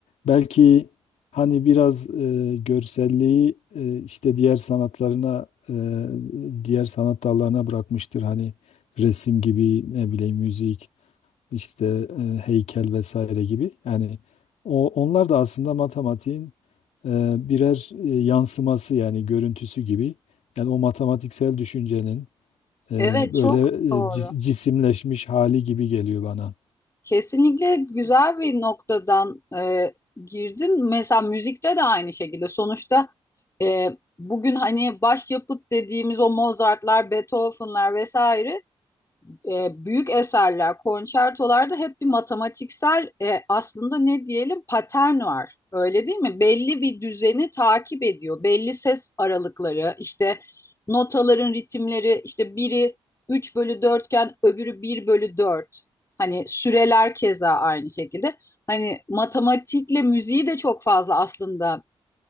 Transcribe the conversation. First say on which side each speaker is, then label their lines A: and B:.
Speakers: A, on the left; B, on the left.
A: Belki hani biraz e, görselliği e, işte diğer sanatlarına, e, diğer sanat dallarına bırakmıştır. Hani resim gibi ne bileyim müzik. işte e, heykel vesaire gibi. Yani o onlar da aslında matematiğin e, birer e, yansıması yani görüntüsü gibi. Yani o matematiksel düşüncenin e,
B: Evet,
A: böyle
B: çok doğru.
A: e, cis- cisimleşmiş hali gibi geliyor bana.
B: Kesinlikle güzel bir noktadan e, girdin. Mesela müzikte de aynı şekilde. Sonuçta e, bugün hani başyapıt dediğimiz o Mozart'lar, Beethoven'lar vesaire e, büyük eserler, konçertolarda hep bir matematiksel e, aslında ne diyelim patern var. Öyle değil mi? Belli bir düzeni takip ediyor. Belli ses aralıkları, işte notaların ritimleri, işte biri 3 bölü 4 iken öbürü bir bölü dört, Hani süreler keza aynı şekilde. Hani matematikle müziği de çok fazla aslında